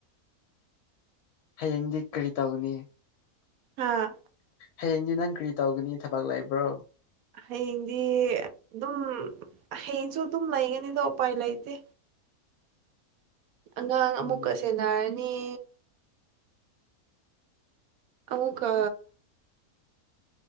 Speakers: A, on the left; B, on the right.
A: ꯍꯌꯦꯡꯗꯤ ꯀꯔꯤ ꯇꯧꯅꯤ
B: ꯑꯥ
A: ꯍꯌꯦꯡꯗꯤ ꯅꯪ ꯀꯔꯤ ꯇꯧꯒꯅꯤ ꯊꯕꯛ ꯂꯩꯕ꯭ꯔꯣ
B: ꯍꯌꯦꯡꯗꯤ ꯑꯗꯨꯝ ꯍꯌꯦꯡꯁꯨ ꯑꯗꯨꯝ ꯂꯩꯒꯅꯤꯗ ꯎꯄꯥꯏ ꯂꯩꯇꯦ ꯑꯉꯥꯡ ꯑꯃꯨꯛꯀ
A: ꯎꯝ
B: ꯁꯦꯟꯅꯔꯅꯤ ꯑꯃꯨꯛꯀ